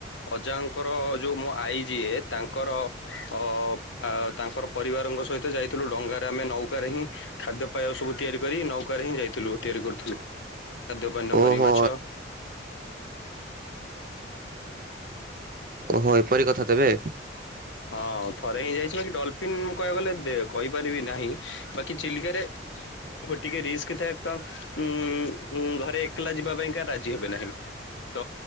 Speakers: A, on the left; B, on the right.
A: ଅଜାଙ୍କର ଯୋଉ ମୋ ଆଈ ଯିଏ ତାଙ୍କର ଅ ତାଙ୍କର ପରିବାରଙ୍କ ସହିତ ଯାଇଥିଲୁ ଡଙ୍ଗାରେ ଆମେ ନୌକାରେ ହିଁ ଖାଦ୍ୟପାୟ ସବୁ ତିଆରି କରି ନୌକାରେ ହିଁ ଯାଇଥିଲୁ ତିଆରି କରୁଥିଲୁ। ଖାଦ୍ୟ ପାନୀୟ
B: ଓହୋ
A: କରି ମାଛ।
B: ଓହୋ ଏପରି କଥା ତେବେ।
A: ହଁ ଥରେ ହିଁ ଯାଇଛି। ବାକି ଡଲଫିନ୍ ମୁଁ କହିବାକୁ ଗଲେ କହିପାରିବି ନାହିଁ ବାକି ଚିଲିକାରେ ଆ ଟିକେ ରିସ୍କ ଥାଏ ତ ଉଁ ଘରେ ଏକଲା ଯିବା ପାଇଁ କା ରାଜି ହେବେ ନାହିଁ। ତ